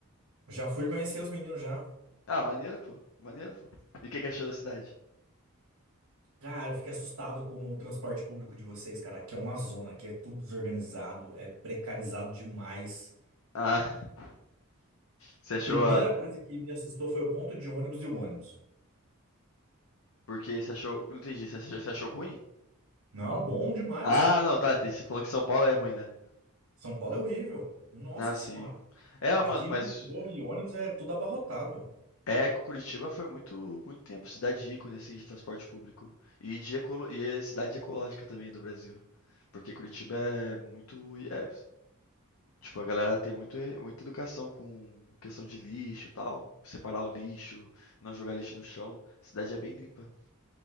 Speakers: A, on the right; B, on the left.
A: Já fui conhecer os meninos já.
B: Ah, maneiro, pô. Maneiro, pô. E o que que achou da cidade?
A: Cara, eu fiquei assustado com o transporte público de vocês, cara. Aqui é uma zona, aqui é tudo desorganizado, é precarizado demais.
B: Ah, <laughs> você achou
A: Primeira
B: a
A: coisa que me assustou foi o ponto de ônibus e o ônibus.
B: porque você achou não entendi, você achou você achou ruim?
A: Não, bom demais.
B: Ah, não, tá, entendi. Você falou que São Paulo é ruim, né.
A: São Paulo é horrível. Nossa
B: Ah, sim.
A: Senhora.
B: É,
A: Aqui
B: mano, mas
A: metrô e ônibus é tudo abarrotado.
B: É, Cu- Curitiba foi muito, muito tempo cidade ícone assim de transporte público e de ecolo... e é cidade ecológica também do Brasil, porque Curitiba é muito é, tipo a galera tem muito, e- muita educação com questão de lixo e tal, separar o lixo, não jogar lixo no chão. A cidade é bem limpa.